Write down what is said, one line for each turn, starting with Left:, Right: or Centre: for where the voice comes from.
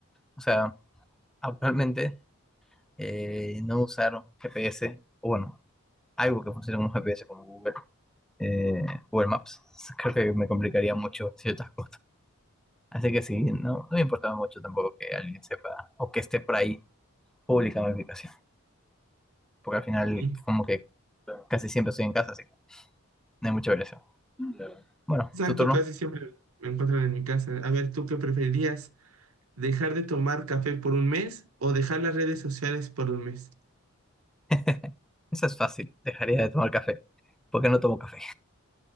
Centre: O sea, actualmente eh, no usar GPS, o bueno, algo que funcione como GPS, como Google, eh, Google Maps, <laughs> creo que me complicaría mucho ciertas cosas. Así que sí, no, no me importaba mucho tampoco que alguien sepa o que esté por ahí pública mi ubicación, porque al final
Right: Sí.
Centre: como que casi siempre estoy en casa, así que no hay mucha variación. Bueno,
Right: Exacto,
Centre: tu turno.
Right: casi siempre me encuentran en mi casa. A ver, ¿tú qué preferirías? ¿Dejar de tomar café por un mes o dejar las redes sociales por un mes?
Centre: <laughs> Eso es fácil, dejaría de tomar café, porque no tomo café.